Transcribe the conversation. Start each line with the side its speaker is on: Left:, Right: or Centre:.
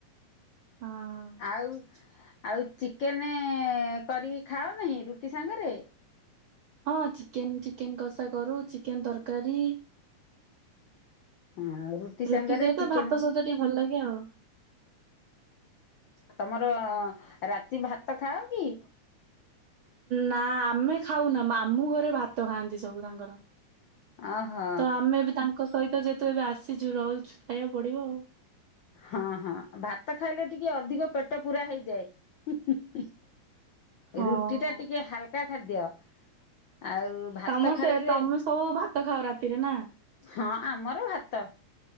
Right: ହଁ।
Left: ଆଉ ଆଉ ଚିକେନ କରିକି ଖାଅ ନାହିଁ ରୁଟି ସାଙ୍ଗରେ।
Right: ହଁ ଚିକେନ୍ ଚିକେନ୍ କଷା କରୁ ଚିକେନ୍ ତରକାରୀ
Left: ହଁ
Right: ରୁଟି
Left: ସାଙ୍ଗରେ
Right: ସହିତ
Left: ଚିକେନେ
Right: ଭାତ ସହିତ ଟିକେ ଭଲ ଲାଗେ ଆଉ।
Left: ତମର ରାତି କି ଭାତ ଖାଅ କି?
Right: ନା ଆମେ ଖାଉନା ମାମୁଁ ଘରେ ଭାତ ଖାଆନ୍ତି ସବୁ ତାଙ୍କର।
Left: ଓହୋ
Right: ତ ଆମେ ବି ତାଙ୍କ ସହିତ ଯେହେତୁ ଏବେ ଆସିଛୁ ରହୁଛୁ ଖାଇବାକୁ ପଡିବ ଆଉ।
Left: ହଁ ହଁ ଭାତ ଖାଇଲେ ଟିକେ ଅଧିକ ପେଟ ପୂରା ହେଇଯାଏ <unintelligible>
Right: ହଁ
Left: ରୁଟି ଟା ଟିକେ ହାଲକା ଖାଦ୍ୟ। ଆଉ ଭାତ
Right: ତମର
Left: ଖାଇଲେ
Right: ସେ ତମେ ସବୁ ଭାତ ଖାଅ ରାତିରେ ନା?
Left: ହଁ ଆମର ଭାତ।